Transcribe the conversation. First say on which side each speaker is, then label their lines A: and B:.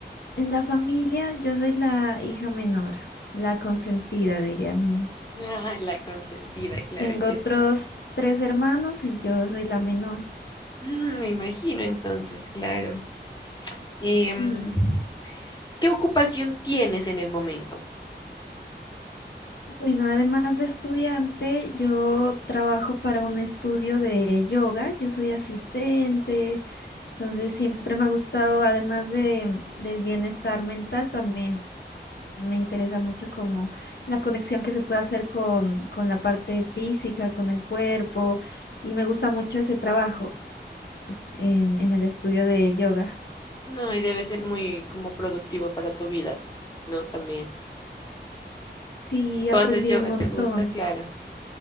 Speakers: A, on the left; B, on the left.
A: en la familia yo soy la hija menor, la consentida, dirían unos.
B: Ah, la consentida, claro
A: Tengo
B: que
A: otros
B: sí.
A: tres hermanos y yo soy la menor.
B: Mm, me imagino entonces, claro. Em,
A: Sí.
B: ¿qué ocupación tienes en el momento?
A: Bueno, además de estudiante, yo trabajo para un estudio de yoga, yo soy asistente, entonces siempre me ha gustado, además de, del bienestar mental, también me interesa mucho como la conexión que se puede hacer con, con la parte física, con el cuerpo, y me gusta mucho ese trabajo en, en el estudio de yoga.
B: No, y debe ser muy como productivo para tu vida, ¿no? También.
A: Sí, he
B: ¿Tú
A: aprendido
B: haces yoga?
A: un montón.
B: ¿Te gusta, Clara?